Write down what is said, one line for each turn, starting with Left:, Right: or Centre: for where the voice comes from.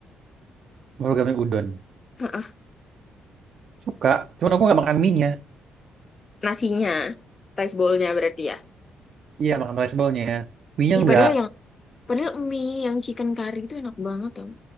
Right: Baru kami udon.
Left: Heeh.
Right: Suka, cuman aku nggak makan mie-nya.
Left: Nasinya, rice bowl-nya berarti ya.
Right: Iya, makan rice bowl-nya. Mie-nya
Left: Ih,
Right: nggak.
Left: padahal yang padahal mie yang chicken curry itu enak banget tau.